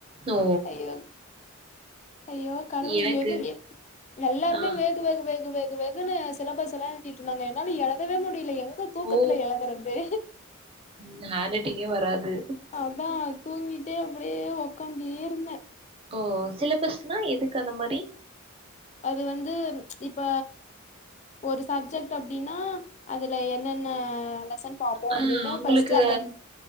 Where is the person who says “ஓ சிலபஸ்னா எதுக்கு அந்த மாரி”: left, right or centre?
Right